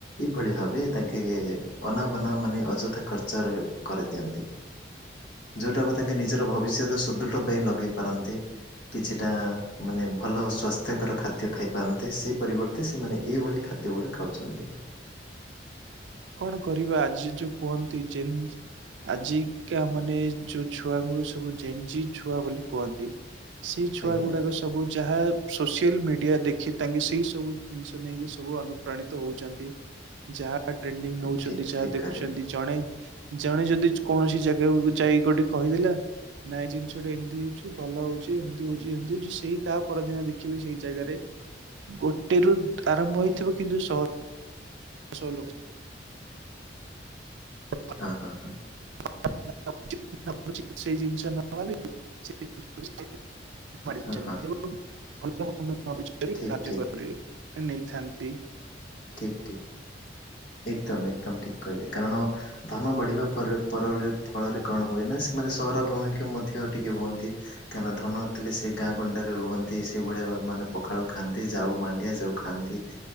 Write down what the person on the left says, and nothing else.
ଏଭଳି ଭାବେ ତାଙ୍କେ ଅନାବନା ମାନେ ଅଯଥା ଖର୍ ର୍ଚ୍ଚରେ କରିଦିଅନ୍ତି। ଯୋଉଟାକୁ ତାଙ୍କେ ନିଜର ଭବିଷ୍ୟତ ସୁଦୃଢ଼ ପାଇଁ ଲଗେଇ ପାରନ୍ତି କିଛିଟା। ମାନେ ଭଲ ସ୍ୱାସ୍ଥ୍ୟକର ଖାଦ୍ୟ ଖାଇପାରନ୍ତେ ସେହି ପରିବର୍ତ୍ତେ ସେମାନେ ଏଇଭଳି ଖାଦ୍ୟ ଗୁଡ଼ା ଖାଉଛନ୍ତି।
ଆଜ୍ଞା
ଆଜ୍ଞା
ଠିକ୍
ଠିକ୍
ଠିକ୍
କହିଲେ
ହଁ ହଁ ହଁ
ହଁ ହଁ ଠିକ୍
ଠିକ୍
ଠିକ୍ ଠିକ୍। ଏକକାମ୍ ଏକକାମ୍, ଠିକ୍ କହିଲେ, କାରଣ ଧନ ବଢିବା ଫରରେ ପରରେ ଫଳରେ କଣ ହୁଏ ନାଁ ସେମାନେ ସହର ଭୂମିିକ ମଧ୍ୟ ଟିକେ ହୁଅନ୍ତି। କାଁହେଲା ଧନ ଥିଲେ ସେ ଗାଁ ଗଣ୍ଡାରେ ରୁହନ୍ତି, ସେଇଭଳିଆ ମାନେ ପଖାଳ ଖାଆନ୍ତି, ଯାଉଁ ମାଣ୍ଡିଆ ଯୋଉଁ ଖାଆନ୍ତି